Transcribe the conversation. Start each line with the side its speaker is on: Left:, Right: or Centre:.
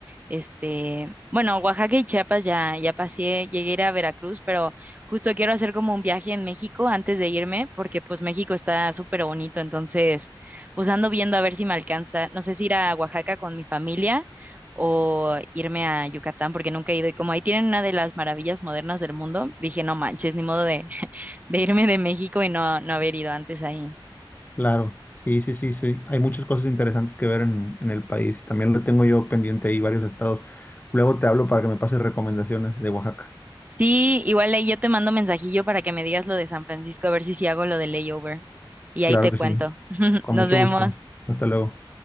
Right: este, bueno, Oaxaca y Chiapas ya, ya pasé, llegué a ir a Veracruz, pero justo quiero hacer como un viaje en México antes de irme, porque pues México está súper bonito, entonces pues ando viendo a ver si me alcanza, no sé si ir a Oaxaca con mi familia o irme a Yucatán, porque nunca he ido. Y como ahí tienen una de las maravillas modernas del mundo, dije, no manches, ni modo de, <laughs> de irme de México y no, no haber ido antes ahí.
Left: Claro, sí, sí, sí, sí. Hay muchas cosas interesantes que ver en, en el país. También lo tengo yo pendiente ahí varios estados. Luego te hablo para que me pases recomendaciones de Oaxaca.
Right: Sí, igual ahí yo te mando mensajillo para que me digas lo de San Francisco, a ver si sí hago lo de layover. Y ahí
Left: Claro
Right: te
Left: que
Right: cuento.
Left: sí.
Right: <laughs>
Left: Con
Right: Nos
Left: mucho
Right: vemos.
Left: gusto. Hasta luego.